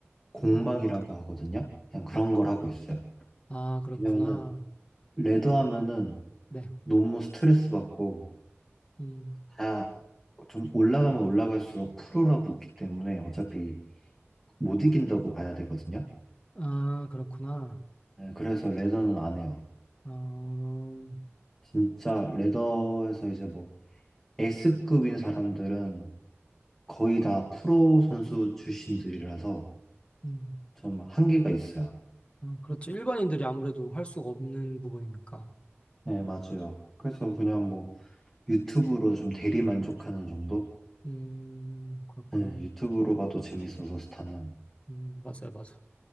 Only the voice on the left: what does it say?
음.
아,
아, 그렇구나.
네.
음.
아, 그렇구나.
어,
음.
아, 그렇죠. 일반인들이 아무래도 할 수가 없는 부분이니까.
어,
음, 그렇구나.
음, 맞아요, 맞아요.